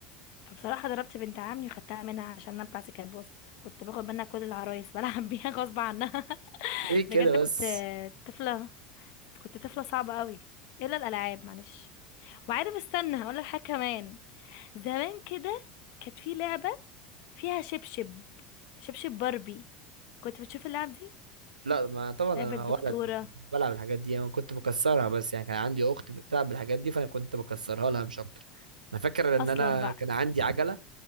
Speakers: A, on the left; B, on the right.
A: فبصراحه ضربت بنت عمي وخدتها منها عشان انا بتاعتي كانت باظت كنت باخد منها كل العرايس بلعب بيها <laughs> غصب عنها
B: ايه كده
A: بجد كنت
B: بس
A: آه، طفله كنت طفله صعبه قوي الا الالعاب معلش وعارف استنى هقول لك حاجه كمان زمان كده كانت في لعبه فيها شبشب شبشب باربي كنت بتشوف اللعب دي
B: لا ما طبعا انا
A: لعبه دكتوره
B: ولد ما كنت بلعب الحاجات دي انا كنت بكسرها بس يعني كان عندي اخت بتلعب بالحاجات دي فانا كنت بكسرها لها مش اكتر انا فاكر ان
A: اصلا
B: انا
A: بقى
B: كان عندي عجله